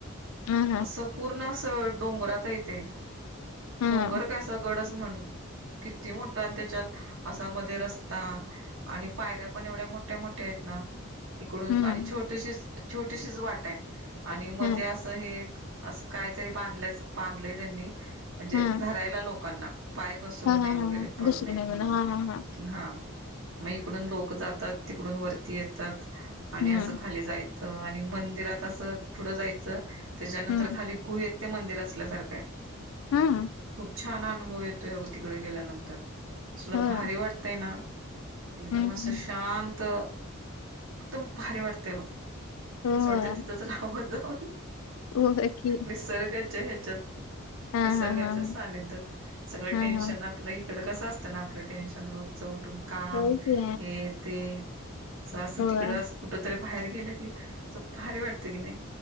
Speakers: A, on the left; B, on the right.
A: हा हा.
B: असं पूर्ण असं डोंगरात य तेे
A: हा.
B: डोंगर कसा गडच म्हण किती मोठा आणि त्याच्यात असा म रस्ता आणि पायऱ्या पण एवढ्या मोठ्या मोठ्या आहेत ना. इकडून
A: हम्म.
B: आणि छोटीशी छोटीशीच वाट आहे, आणि मध्ये
A: हा
B: असं हे असं कायतरी बांधल्याच बांधलं त्यांनी म्हणजे
A: हा.
B: धरायला लोकांना पाय घसरूये
A: हा हा
B: वगैरे
A: हा हा.
B: पडू
A: घुसली
B: नयेत.
A: नाही हा
B: म्हणून
A: हा हा.
B: मग इडून लोक जातात तिकडून वरती येतात आणि
A: हम्म.
B: असं खाली जाय आणि मंदिरात असं पुढं जायचं त्याच्यानंतर
A: हम्म.
B: खाली गुहेत ते मंदिर असल्यासारखं आहे
A: हम्म.
B: खूप छान अनुभव येतोय अगो तिकडे गेल्यानंतर तुला
A: होय.
B: भारी वाटतय ना. एकदम
A: हम्म.
B: असं शांत एकदम भारी वाटते बघ.
A: होय.
B: असं वाटतं तिथंच राब जाऊन
A: होय की.
B: निसर्ग याच्या ह्याच्यात
A: हा
B: निसर्गाच्या
A: हा हा हा.
B: सानिध सगळं
A: हा
B: टेन्शन
A: हा.
B: आपलं इकडं कसं असतं ना आपलं टेन्शन रोजच उठून काम
A: होय की.
B: हे ते त असं
A: होय.
B: तिकडं असं कुठ तरी बाहेर गेलं की असं भारी वाटतं की नाही.